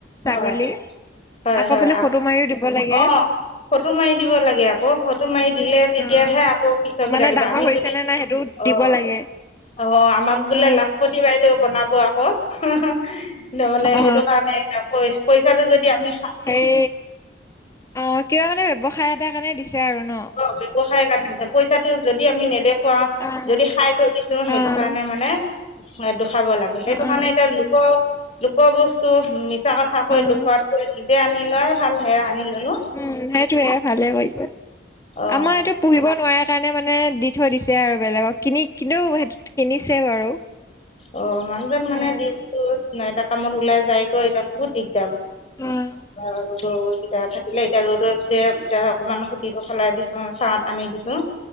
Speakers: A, on the left (about 20°); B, on the left (about 35°).
A: ছাগলী
B: হয় হয়
A: আকৌ
B: হয়
A: বোৰে ফটো মাৰিও দিব লাগে
B: অঁ ফটো মাৰি দিব লাগে আকৌ ফটো মাৰি দিলে তেতিয়াহে
A: অ
B: আক কৌ পিছৰ কেইটা
A: মানে
B: দিব
A: ডাঙৰ
B: আমি
A: হৈছে
B: যদি
A: নে নাই সেইটো
B: অ
A: দিব লাগে
B: অ আমাক বোলে
A: অ
B: লাখপতি বাই দেউ বনাব আকৌ হা হা ন মানে
A: অ
B: সেইটো কাৰণে এতিয়া পইচাটো যদি আমি
A: সেই অ কিবা মানে ব্যৱসায় এটা কাৰণে দিছে আৰু ন
B: ব্যৱসায় কাৰণে দিছে পইচাটো যদি আমি নেদেখুৱাও
A: অ',
B: যদি খাই থৈ ছো সেইটো
A: অ',
B: কাৰণে মানে দেখাব লাগে সেইটো
A: অ',
B: কাৰণে এতিয়া লোক লোক কৰ বস্তু মিছা কথা
A: উম,
B: কৈ দেখুৱাতকৈ নিজে আনি লোৱাই ভাল সেয়া আনি ললো
A: উম সেইটোয়ে ভালে কৰিছে
B: অঁ
A: আমাৰ এইটো পুহিব নোৱাৰাৰ কাৰণে মানে দি থৈ দিছে আৰু বেলেগক কিনি কিন্তু কিনিছে বাৰু
B: অ মানুহজন মানে
A: অ',
B: দিনতো এটা কামত ওলাই যায়গৈ এতিয়া বহুত দিগ দাৰ মানে
A: অ',
B: আৰু গৰুকেইটা থাকিলে এতিয়া ৰ'দত যে এতিয়া অকনমান খুতিটো সলাই দিছো, চাহত আনি দিছো।